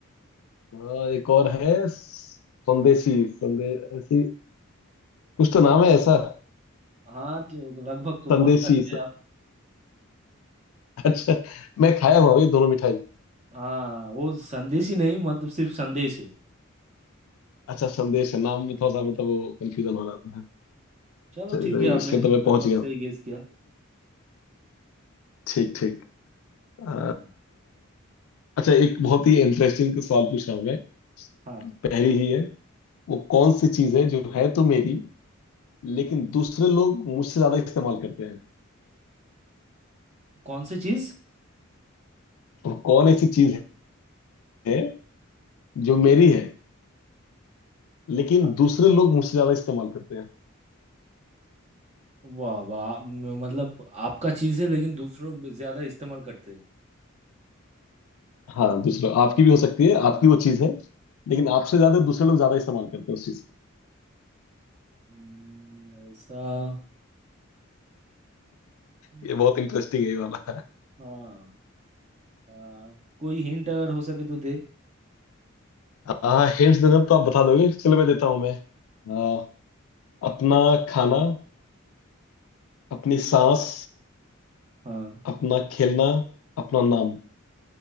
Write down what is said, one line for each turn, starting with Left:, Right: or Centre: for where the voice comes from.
Left: हाँ, एक और है संदेशी संदेशी कुछ तो
Right: यार,
Left: नाम है ऐसा
Right: हाँ तो लगभग तो बहुत
Left: संदेशी
Right: करीब
Left: स-
Right: है आप
Left: अच्छा मैं खाया हुआ हूँ ये दोनों मिठाई
Right: हाँ हाँ, वो संदेश ही नहीं मतलब सिर्फ संदेश है
Left: अच्छा संदेश है नाम में थोड़ा सा मतलब वो कंफ्यूजन हो रहा था
Right: चलो
Left: चलिए
Right: ठीक
Left: तो
Right: है
Left: इसमें
Right: आपने लगभग
Left: तो मैं पहुंच गया
Right: सही
Left: हूँ।
Right: गेस किया
Left: ठीक ठीक अ,
Right: हाँ
Left: अच्छा एक बहुत ही इंटरेस्टिंग सवाल पूछ रहा हूँ मैं
Right: हाँ
Left: पहली ही है वो कौन सी चीज है जो है तो मेरी लेकिन दूसरे लोग मुझसे ज्यादा इस्तेमाल करते हैं
Right: तो कौन सी चीज
Left: और कौन ऐसी चीज है जो मेरी है लेकिन
Right: हाँ
Left: दूसरे लोग मुझसे ज्यादा इस्तेमाल करते हैं
Right: वाह वाह म- मतलब आपका चीज है लेकिन दूसरों में ज्यादा इस्तेमाल करते हैं
Left: हाँ दूसरा आपकी भी हो सकती है आपकी वो चीज है लेकिन आपसे ज्यादा दूसरे लोग ज्यादा इस्तेमाल करते हैं उस चीज को
Right: हम्म, ऐसा हम्म,
Left: ये बहुत इंटरेस्टिंग है ये वाला
Right: हाँ आ, कोई हिंट अगर हो सके तो दे
Left: <laughs> हाँ हिंट्स देना तो आप बता दोगे चलो मैं देता हूँ मैं आ, अपना खाना अपनी सांस
Right: हाँ
Left: अपना खेलना अपना नाम